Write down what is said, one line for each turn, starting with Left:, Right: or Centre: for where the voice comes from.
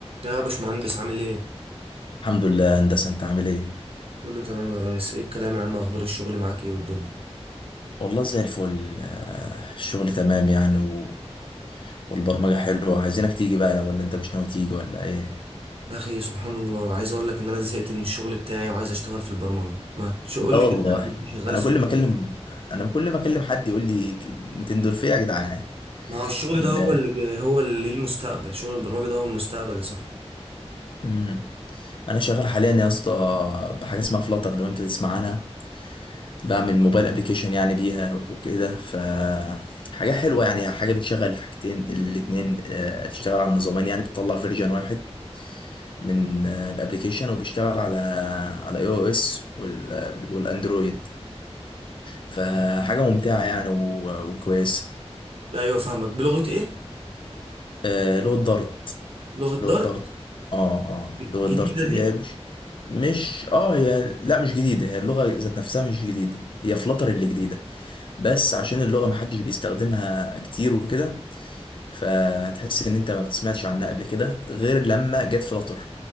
Right: يا باشمهندس عامل ايه؟
Left: الحمد لله هندسة انت عامل ايه؟
Right: كله تمام يا ريس ايه الكلام يا عم اخبار الشغل معاك ايه والدنيا؟
Left: والله زي الفل آه، الشغل تمام يعني و... والبرمجة حلوة عايزينك تيجي بقى ولا انت مش ناوي تيجي ولا ايه؟
Right: يا اخي سبحان الله عايز اقول لك ان انا زهقت من الشغل بتاعي وعايز اشتغل في البرمجة ما تقول
Left: لا والله
Right: لي كده يا عم انت شغال
Left: انا
Right: في
Left: كل
Right: ايه؟
Left: ما اكلم انا كل ما اكلم حد يقول لي كلمتين دول فيا يا جدعان
Right: ما هو الشغل
Left: ال...
Right: ده هو اللي هو اللي ليه المستقبل شغل البرمجة ده هو المستقبل يا صاحبي
Left: مم. انا شغال حاليا يا اسطى بحاجة اسمها فلاتر لو انت تسمع عنها بعمل موبايل ابلكيشن يعني بيها وكده ف حاجة حلوة يعني حاجة بتشغل الحاجتين الاتنين آه، تشتغل على النظامين يعني بتطلع فيرجن واحد من آه، الابليكيشن وبيشتغل على على اي او اس والاندرويد فحاجه ممتعه يعني و- وكويسه
Right: ايوه فاهمك بلغة ايه؟
Left: آه، اللي هو الدارت
Right: لغة دارت
Left: اللي هو الدارت اه اه
Right: الجديدة
Left: اللي هو الدارت هي
Right: دي
Left: مش مش اه هي لا مش جديده هي اللغه ذات نفسها مش جديده هي فلتر اللي جديده بس عشان اللغه محدش بيستخدمها كتير وكده فتحس ان انت ما بتسمعش عنها قبل كده غير لما جت فلتر